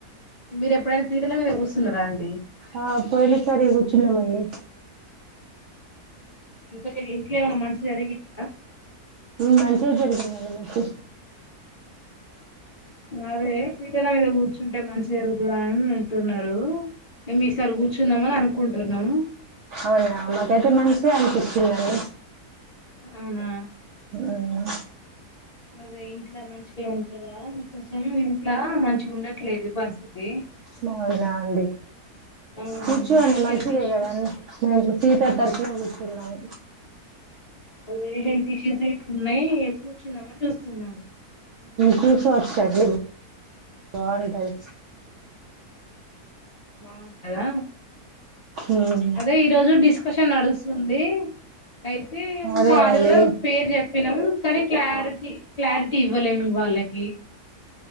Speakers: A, on the left; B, on the right.
A: మీరు ఎప్పుడైనా పీటల మీద కూస్తున్నారా అండి
B: ఆ పోయిన సారి కూర్చున్నాం అండి
A: ఇక ఇంట్లో ఏమైనా మంచి జరిగిందా
B: మంచిగా జరిగిందండి మాకు
A: అదే పీఠల మీద కూర్చుంటే మంచి జరుగుతదా అని అంటున్నారు మేమ్ ఈసారి కూర్చున్నామని అనుకుంటున్నాము
B: అవునా మకైతే మంచిగా అనిపిస్తుదండి
A: అవునా
B: అవునా
A: రోజు ఇంట్లా మంచిగే ఉంటంవ ఇంట్లా మంచిగా ఉండట్లేదు పరిస్థితి
B: మా ఊరండి
A: ఆ
B: కూర్చోండి మంచిదే
A: హెల్త్ ఇష్యూస్
B: కదా <unintelligible> సీత తరుపున పలాం
A: అద హెల్త్ ఇష్యూస్ ఎట్లు ఉన్నాయి కూర్చున్నాామని చూస్తున్నాము
B: చూసు వచ్చట్డి బాగుంటాయి
A: బాగుంటాలా
B: మ్మ్
A: అదే ఈరోోజు డిస్క్ సం నడుస్తుంది అయితే
B: అదే
A: మాది
B: అండి
A: కూడా పేరు చెప్పినాము కానీ క్లారిటీ క్లారిటీ ఇవ్వలేమి వాళ్ళకి